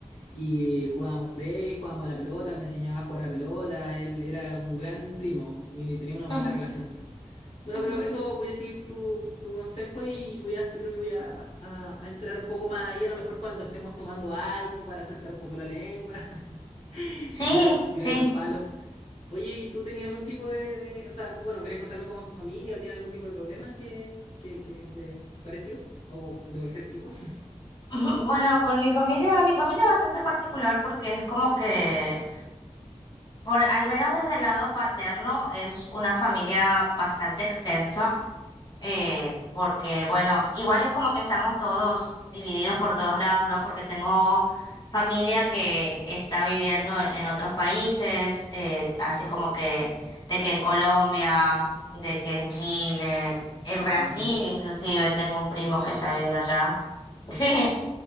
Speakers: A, on the left; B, on the left.
A: y jugábamos play, jugábamos a la pelota, me enseñaba a jugar a la pelota, él era un gran primo y teníamos una bonita
B: Ujú,
A: relación. Bueno,
B: ujú.
A: pero eso voy a seguir tu, tu consejo y voy a, yo creo que voy a, a- a entrar un poco más ahí, a lo mejor cuando estemos tomando algo para soltar un poco la lengua, <laughs>
B: Sí,
A: tirar, tirar
B: sí.
A: los palos. Oye, ¿y tú tenías algún tipo de, de- o sea, bueno, ¿querés contarme cómo es tu familia o tiene algún tipo de problemas que, que, que de parecido o de cualquier tipo? <laughs>
B: <laughs> Bueno, con mi familia, mi familia es bastante particular porque es como que, por, al menos desde el lado paterno, es una familia bastante extensa. eh, porque bueno, igual es como que estamos todos divididos por todos lados, ¿no? Porque tengo familia que está viviendo en, en otros países, eh, así como que de que en Colombia, de que en Chile, en Brasil
A: Ujú.
B: inclusive tengo un primo
A: Ah,
B: que está viviendo allá. <laughs>
A: ujú.
B: Sí,